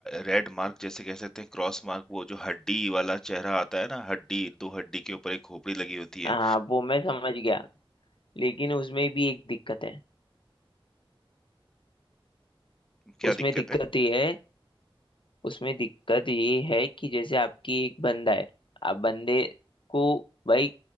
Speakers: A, in the centre; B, on the left.
A: रेड मार्क जैसे कह सकते हैं क्रॉस मार्क वो जो हड्डी वाला चेहरा आता है ना हड्डी दो हड्डी के ऊपर एक खोपड़ी लगी होती है
B: हाँ वो मैं समझ गया लेकिन उसमें भी एक दिक्कत है
A: क्या
B: उसमें
A: दिक्कत
B: दिक्कत
A: है
B: ये है उसमें दिक्कत ये है कि जैसे आपकी एक बंदा है आप बंदे को भाई